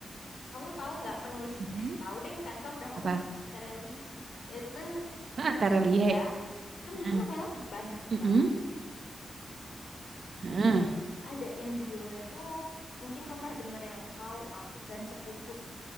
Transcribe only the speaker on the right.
Mhm.
Apa?
Ah,
terelie.
Heeh.
Heeh.
Heeh.